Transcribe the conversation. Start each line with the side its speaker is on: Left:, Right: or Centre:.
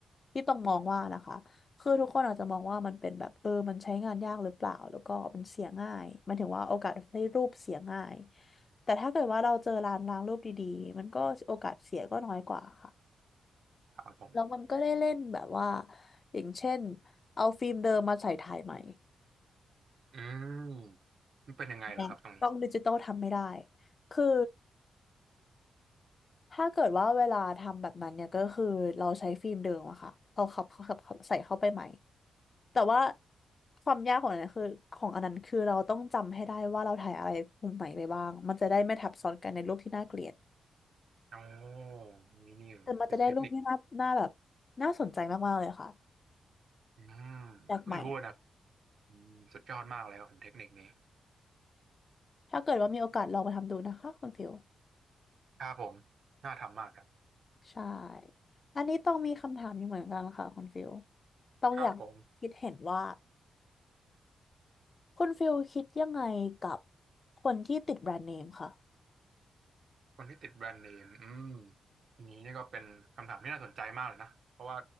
Left: ที่ต้องมองว่านะคะคือทุกคนอาจจะมองว่ามันเป็นแบบเออมันใช้งานยากหรือเปล่าแล้วก็มันเสียง่ายหมันถึงว่าโอกาสให้รูปเสียง่ายแต่ถ้าเกิดว่าเราเจอร้านล้างรูปดีๆมันก็โอกาสเสียก็น้อยกว่าค่ะ
Right: ครับผม
Left: แล้วมันก็ได้เล่นแบบว่าอย่างเช่นเอาฟิล์มเดิมมาใส่ถ่ายใหม่
Right: อืม มันเป็นยังไงเหรอครับตรงนี้
Left: เนี่ยกล้องดิจิตอลทำไม่ได้คือถ้าเกิดว่าเวลาทำแบบนั้นเนี่ยก็คือเราใช้ฟิล์มเดิมอะค่ะเอาขับข้าขับเใส่เข้าไปใหม่แต่ว่าความยากของอันนั้นคือของอันนั้นคือเราต้องจำให้ได้ว่าเราถ่ายอะไรมุมไหนไปบ้างมันจะได้ไม่ทับซ้อนกันในรูปที่น่าเกลียด
Right: โอ้นี่นี่เป็นเทคนิค
Left: แต่มันจะได้รูปที่น่าน่าแบบน่าสนใจมากๆเลยค่ะ
Right: อืม
Left: แปลกใหม่
Right: เพิ่งรู้นะอืมสุดยอดมากเลยครับผมเทคนิคนี้
Left: ถ้าเกิดว่ามีโอกาสลองไปทำดูนะคะคุณฟิว
Right: ครับผมน่าทำมากครับ
Left: ใช่ อันนี้ต้องมีคำถามอยู่เหมือนกันค่ะคุณฟิลต้องอยากคิดเห็นว่า
Right: ครับผม
Left: คุณฟิลคิดยังไงกับคนที่ติดแบรนด์เนมค่ะ
Right: คนที่ติดแบรนด์เนมอืมอันนี้นี่ก็เป็นคำถามที่น่าสนใจมากเลยนะ เพราะว่า